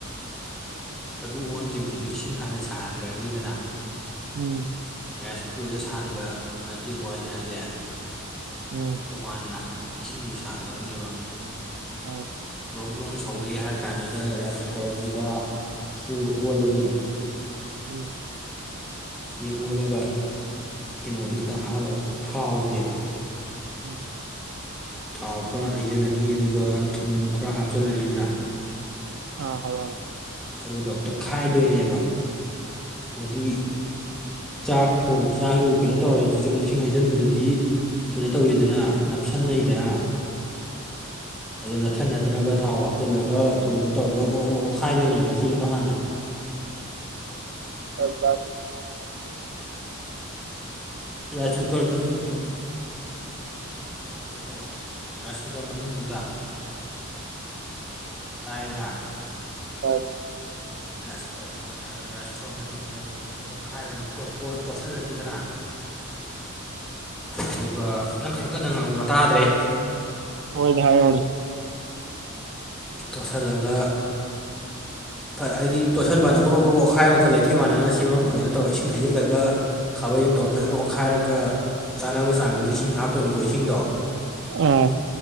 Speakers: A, in the centre; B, on the right.
A: ꯑꯗꯨ ꯑꯣꯟꯗ꯭ꯔꯤꯉꯩꯗꯨ ꯏꯁꯤꯡ ꯍꯥꯟꯅ ꯁꯥꯍꯟꯈ꯭ꯔꯅꯤꯗꯅ
B: ꯎꯝ
A: ꯔꯥꯏꯁ ꯀꯨꯀꯔꯗ ꯁꯥꯟꯕ ꯅꯠꯇꯦꯀꯣ ꯑꯩꯅ ꯑꯩꯁꯦ
B: ꯎꯝ
A: ꯇꯣꯉꯥꯟꯅ ꯏꯁꯤꯡꯗꯨ ꯁꯥꯍꯟꯗꯧꯅꯦꯕ
B: ꯑ
A: ꯕ꯭ꯔꯣꯡ ꯕ꯭ꯔꯣꯡ ꯁꯧꯔꯛꯑꯦ ꯍꯥꯏꯔ ꯀꯥꯟꯗꯨꯗ ꯔꯥꯏꯁ ꯀꯨꯀꯔꯗꯨꯗ ꯆꯦꯡꯗꯨ ꯑꯣꯜꯂꯅꯤ
B: ꯎꯝ
A: ꯆꯦꯡ ꯑꯣꯣꯜꯂꯒ ꯀꯩꯅꯣꯁꯨ ꯈꯤꯇꯪ ꯍꯥꯞꯀꯗꯕ ꯊꯥꯎꯁꯦ
B: ꯎꯝ
A: ꯊꯥꯎ ꯈꯔ ꯍꯩꯖꯤꯜꯂꯅꯤ ꯑꯗꯨꯒ ꯊꯨꯝ ꯈꯔ ꯍꯥꯞꯆꯜꯂꯅꯤꯗꯅ
B: ꯑꯥ ꯍꯔ
A: ꯑꯗꯨꯒ ꯇꯣꯠꯈꯥꯏꯗꯣꯏꯅꯦꯕ ꯍꯥꯏꯗꯤ ꯆꯥꯛ
B: ꯑꯥ
A: ꯊꯣꯡ ꯆꯥꯛꯁꯨ ꯀꯩꯅꯣ ꯇꯧꯔꯗꯤ ꯆꯣꯨꯝꯗ ꯏꯁꯤꯡ ꯍꯩꯖꯤꯟꯕꯗꯗꯤ ꯀꯩꯅꯣ ꯇꯧꯕꯋꯤꯗꯅ ꯅꯞꯁꯤꯟꯅꯩꯗꯅ ꯑꯗꯨ ꯅꯞꯁꯤꯟꯅꯗꯅꯕ ꯊꯥꯎ ꯍꯥꯞꯆꯤꯜꯂꯒ ꯊꯨꯝꯗꯣ ꯇꯧꯔꯒ ꯒ꯭ꯔꯣꯛ ꯒ꯭ꯔꯣꯛ ꯈꯥꯏꯗꯣꯏꯅꯦꯕ ꯌꯦꯡꯕꯣ ꯍꯥꯟꯅ
B: ꯆꯥꯛ
A: ꯔꯥꯏꯁ ꯀꯨꯀꯔ ꯃꯅꯨꯡꯒꯤ ꯀꯨꯀ ꯔꯥꯏꯁ ꯀꯨꯀꯔ ꯃꯅꯨꯡꯗꯨꯗ ꯇꯥꯔꯦꯗꯅ
B: ꯑꯥ
A: ꯌꯥꯣ ꯔꯥꯏꯁ ꯀꯨꯀꯔ ꯃꯅꯨꯡꯗꯨꯗ ꯀꯩꯅꯅ ꯑꯣꯠꯈꯥꯏꯔꯅꯤꯊ ꯇꯣꯠꯁꯤꯜꯂꯅꯤꯗꯅ ꯑꯗꯨꯒ ꯅꯪ ꯈꯔ ꯀꯟꯅ ꯉꯥꯡꯉꯨꯕ ꯇꯥꯗ꯭ꯔꯦ
B: ꯍꯣꯏꯗ ꯍꯔ
A: ꯇꯣꯠꯁꯤꯜꯂꯒ ꯍꯥꯏꯗꯤ ꯇꯣꯠꯁꯟꯕꯅ ꯒ꯭ꯔꯣꯛ ꯣꯔꯣꯛ ꯀ꯭ꯔꯣꯛꯈꯥꯏꯔꯒ ꯂꯩꯇꯦ ꯃꯥꯟꯅꯅ ꯁꯦꯝꯃ ꯀꯩꯅꯣ ꯇꯧꯔꯒ ꯏꯁꯤꯡ ꯍꯩꯖꯤꯜꯂꯒ ꯊꯕꯣꯏ ꯑꯃ ꯇꯧꯔ ꯐꯖꯅ ꯑꯣꯠꯈꯥꯏꯔꯒ ꯆꯥꯅꯕ ꯆꯥꯡꯗꯨꯗꯤ ꯏꯁꯤꯡ ꯍꯥꯞꯇꯣꯏꯅꯤꯀꯣ ꯏꯁꯤꯡꯗꯣ
B: ꯑ